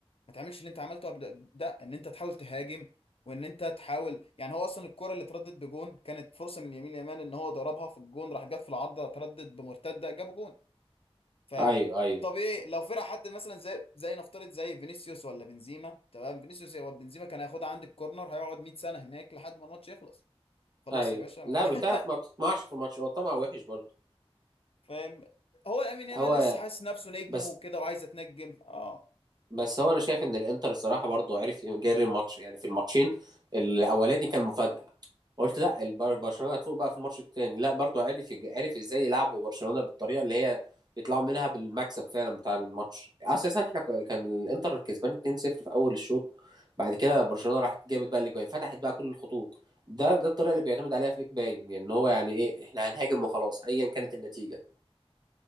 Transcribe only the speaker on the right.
ايوه ايوه
ايوه
لا بتعرف ما بتطمعش في الماتش هو الطمع وحش برضه
هو
بس
بس هو انا شايف ان الانتر الصراحة برضه عرف يجري الماتش يعني في الماتشين الاولاني كان مفاجأة قلت لا البر- برشلونه هتفوق بقى في الماتش التاني لا برضو عرف يج- عرف ازاي يلعبوا برشلونه بالطريقه اللي هي يطلعوا منها بالمكسب فعلا بتاع الماتش اساسا احنا كو- كان الانتر كسبان 2-0 في اول الشوط بعد كده برشلونه راحت جابت بقى الاجوان فتحت بقى كل الخطوط ده ده الطريقه اللي بيعتمد عليها فليك باين يعني ان هو يعني ايه احنا هنهاجم وخلاص ايا كانت النتيجه